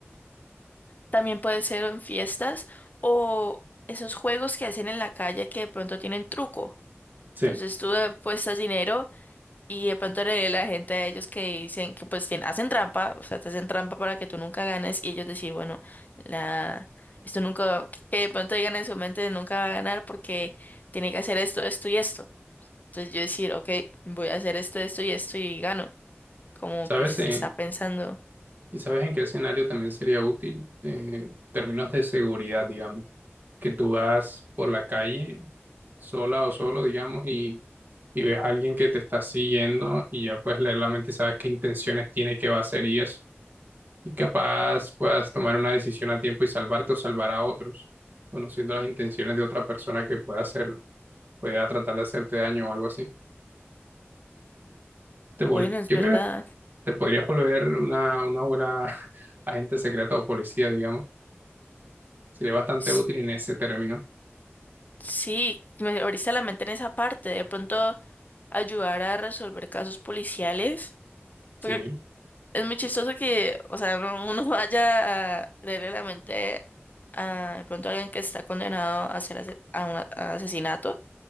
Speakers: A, on the left (about 40°); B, on the right (about 45°).
A: También puede ser en fiestas o esos juegos que hacen en la calle que de pronto tienen truco.
B: Sí.
A: Entonces tú apuestas dinero y de pronto le la gente a ellos que dicen que pues tien- hacen trampa, o sea, te hacen trampa para que tú nunca ganes y ellos decir, bueno, la... Esto nunca, que de pronto digan en su mente nunca va a ganar porque tiene que hacer esto, esto y esto. Entonces yo decir, ok, voy a hacer esto, esto y esto y gano. Como
B: ¿Sabes?
A: pues
B: en-
A: está pensando,
B: y sabes en qué escenario también sería útil? Eh, en términos de seguridad, digamos que tú vas por la calle sola o solo, digamos, y, y ves a alguien que te está siguiendo y ya puedes leer la mente y sabes qué intenciones tiene, qué va a hacer y eso. Y capaz puedas tomar una decisión a tiempo y salvarte o salvar a otros, conociendo las intenciones de otra persona que pueda hacer, pueda tratar de hacerte daño o algo así. Te vol-
A: bueno, es
B: Yo
A: verdad.
B: creo que te podrías volver una, una buena <laughs> agente secreta o policía, digamos. Sería bastante
A: S-
B: útil en ese término.
A: Sí, me abriste la mente en esa parte. De pronto ayudar a resolver casos policiales.
B: Sí,
A: Porque es muy chistoso que, o sea, uno, uno <laughs> vaya a leerle la mente a de pronto alguien que está condenado a hacer ase- a un a- a asesinato.